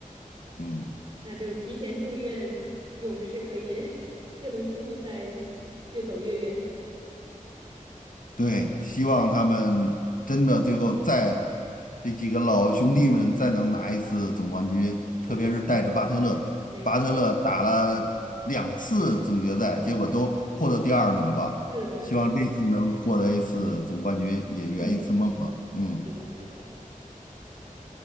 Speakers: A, on the left (about 70°); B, on the right (about 35°).
A: 嗯。
B: 那就提前祝愿勇士可以 <laughs> 这轮季后赛越走越远。
A: 对，希望他们真的最后再这几个老兄弟们再能拿一次总冠军，
B: 是的，
A: 特别是带着巴特勒，
B: 没错，
A: 巴特勒打了两次总决赛，结果都获得第二名吧。
B: 是的，
A: 希望这次能获得一次总冠军，
B: 是的，
A: 也圆一次梦吧。
B: 嗯，
A: 嗯，
B: 是的，是的。